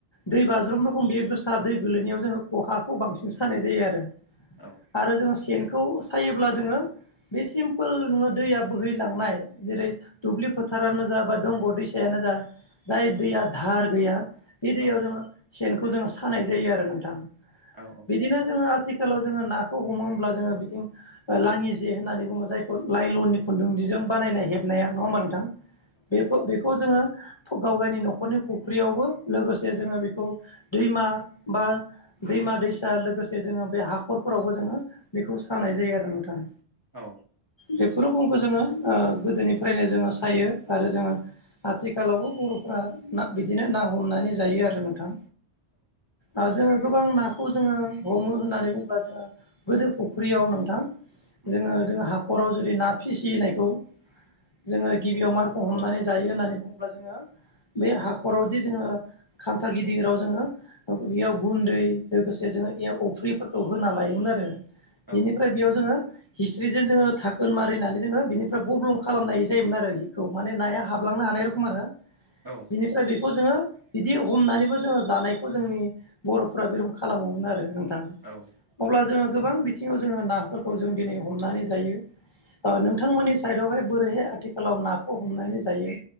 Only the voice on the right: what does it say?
औ
औ
औ
औ
उम
औ
औ
औ
औ
औ